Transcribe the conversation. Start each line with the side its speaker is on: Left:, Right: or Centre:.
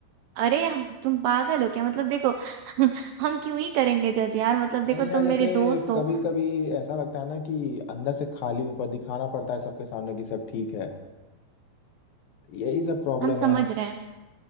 Right: अरे हम- तुम पागल हो क्या मतलब देखो <laughs> हम क्यों ही करेंगे जज यार मतलब देखो
Left: नहीं यार
Right: तुम
Left: जैसे
Right: मेरे दोस्त हो
Left: कभी कभी ऐसा लगता है ना कि अंदर से खाली हूं पर दिखाना पड़ता है सबके सामने कि सब ठीक है यही सब प्रॉब्लम
Right: हम समझ
Left: है
Right: रहे हैं